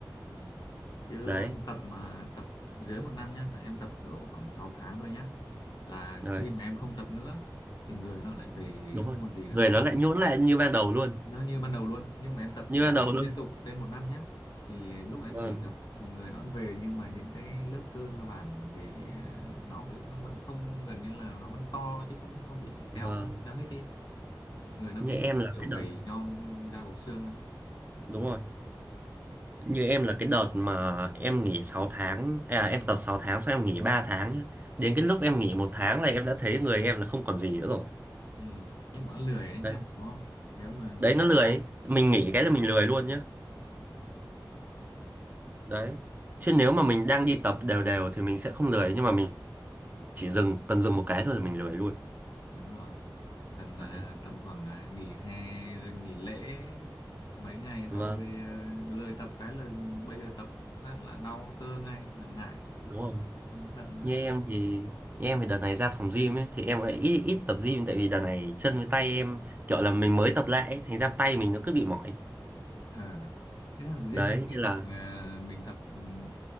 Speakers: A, on the left (about 60°); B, on the right (about 25°).
A: ừ. chứ
B: Đấy,
A: tập mà tập dưới một năm nhá em tập độ khoảng 6 tháng thôi nhá là
B: đấy,
A: khi mà em không tập nữa thì người nó lại về
B: đúng rồi.
A: không còn gì nữa
B: Người nó lại nhũn lại như ban đầu luôn.
A: nó như ban đầu luôn nhưng mà em tập
B: Như
A: mà
B: ban đầu luôn.
A: liên tục trên một năm nhé thì lúc em
B: Vâng,
A: nghỉ tập thì người nó vẫn về nhưng mà những cái lớp cơ cơ bản thì à, nó vẫn vẫn không gần như là nó vẫn to chứ không không bị teo
B: vâng.
A: teo hết đi người nó
B: Như
A: không
B: em là
A: kiểu
B: cái
A: gầy
B: đợt,
A: nhom da bọc xương đâu
B: đúng rồi. Như em là cái đợt mà em nghỉ 6 tháng, à, em tập 6 tháng xong em nghỉ 3 tháng nhá. Đến cái lúc em nghỉ một tháng là em đã thấy người em là không còn gì nữa rồi.
A: ừ. nhưng mà lười đấy
B: Đấy,
A: nhá đúng không nếu mà mình
B: đấy nó lười ấy. Mình
A: không không
B: nghỉ
A: tập
B: cái
A: thường
B: là
A: xuyên
B: mình lười
A: thì
B: luôn
A: lười
B: nhá. Đấy. Chứ
A: Ừ.
B: nếu mà mình đang đi tập đều đều thì mình sẽ không lười nhưng mà mình chỉ dừng cần dừng một cái thôi là mình lười luôn
A: đúng rồi cần à,
B: đấy
A: tầm khoảng à, nghỉ hè rồi nghỉ lễ mấy ngày sau
B: vâng
A: về à, lười tập cái là bây giờ tập phát là đau cơ ngay là ngại
B: đúng rồi
A: không muốn tập nữa
B: như em thì như em thì đợt này ra phòng gym ấy thì em lại ít ít tập gym tại vì đợt này chân với tay em kiểu là mình mới tập lại ấy, thành ra tay mình nó cứ bị mỏi
A: ờ thế là riêng
B: đấy
A: anh thấy
B: nên là
A: tập à, mình tập ừm,